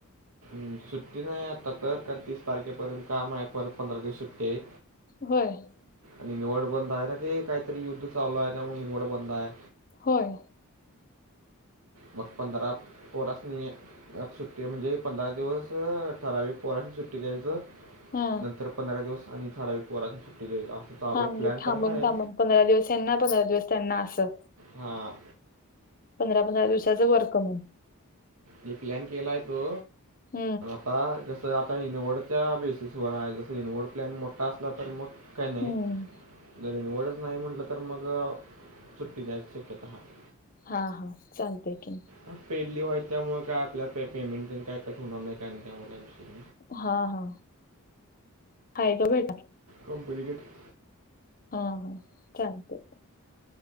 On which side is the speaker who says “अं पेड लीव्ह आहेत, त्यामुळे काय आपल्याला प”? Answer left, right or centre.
Right